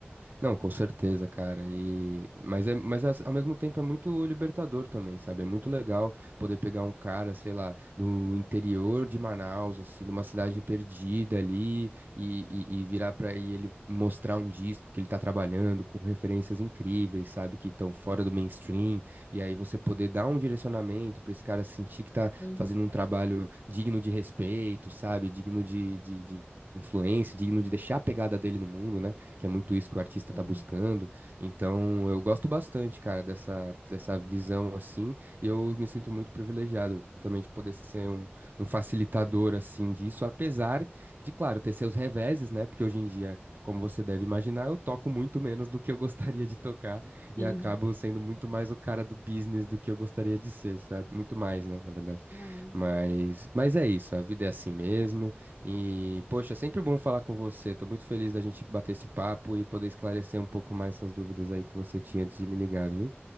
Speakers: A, on the right; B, on the left.
A: Não, com certeza, cara. E mas é, mas as- ao mesmo tempo é muito libertador também, sabe? É muito legal poder pegar um cara, sei lá, do interior de Manaus, assim, de uma cidade perdida ali, e, e, e virar pra e ele mostrar um disco que ele tá trabalhando com referências incríveis, sabe? Que estão fora do mainstream. E aí você poder dar um direcionamento pra esse cara sentir que tá
B: Sim,
A: fazendo um trabalho digno de respeito, sabe? Digno de, de de influência, digno de deixar a pegada dele no mundo, né? que é muito isso que o artista
B: sim,
A: tá buscando. Então, eu gosto bastante, cara, dessa, dessa visão assim, e eu me sinto muito privilegiado também de poder ser um, um facilitador assim disso, apesar de, claro, ter seus reveses, né? Porque hoje em dia, como você deve imaginar, eu toco muito menos do que eu <laughs> gostaria de tocar
B: sim.
A: e acabo sendo muito mais o cara do business do que eu gostaria de ser, sabe? Muito mais, né, na verdade.
B: É demais.
A: Mas, mas é isso, a vida é assim mesmo. E, poxa, é sempre bom falar com você. Tô muito feliz da gente bater esse papo e poder esclarecer um pouco mais essas dúvidas aí que você tinha antes de me ligar, viu?